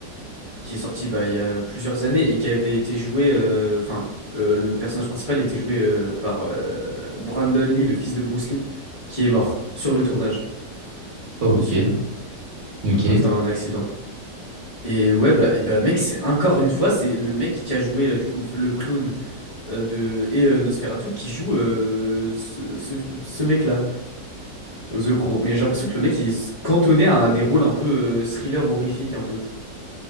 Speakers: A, on the left (about 55°); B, on the right (about 60°).
A: qui est sorti bah, il y a plusieurs années et qui avait été joué. euh, Enfin, euh, le personnage principal était joué euh, par euh, Brandon Lee, le fils de Bruce Lee, qui est mort sur le tournage
B: Oh,
A: de
B: ok.
A: ce film
B: Ok.
A: à cause d'un accident. Et ouais, bah, et bah, mec, c'est encore une fois, c'est le mec qui a joué euh, du coup le clown. euh, de, et euh, Nosferatu qui joue euh, ce, ce- ce mec-là, The Crow. Mais j'ai l'impression que le mec il est cantonné à des rôles un peu euh, thriller horrifique un peu.